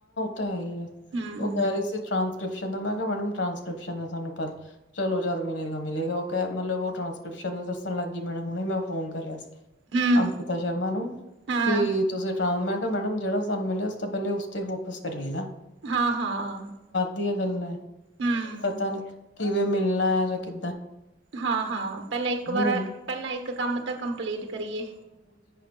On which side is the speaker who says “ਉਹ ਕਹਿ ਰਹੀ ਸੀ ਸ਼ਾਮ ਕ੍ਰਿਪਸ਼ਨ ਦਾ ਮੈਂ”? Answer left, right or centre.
Left